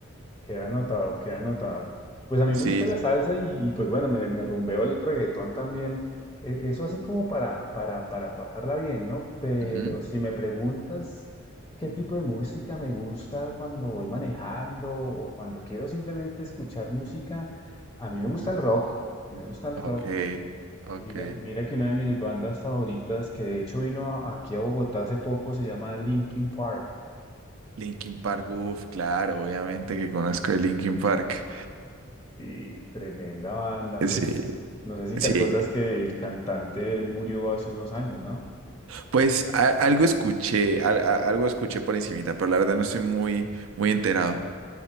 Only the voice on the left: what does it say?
Queda anotado, queda anotado. Pues a mí
me gusta la salsa y, y pues bueno, me, me rumbeo el reggaetón también. E- Eso así como para, para, para pasarla bien, ¿no? Pero
si me preguntas qué tipo de música me gusta cuando voy manejando o cuando quiero simplemente escuchar música, a mí me
gusta el rock. A mí me gusta el
rock.
Mira, mira que una de mis bandas favoritas, que de hecho vino a- aquí a Bogotá hace poco, se llama Linkin Park.
Y tremenda banda,
pues no sé si
te acuerdas que el cantante él murió hace unos años, ¿no?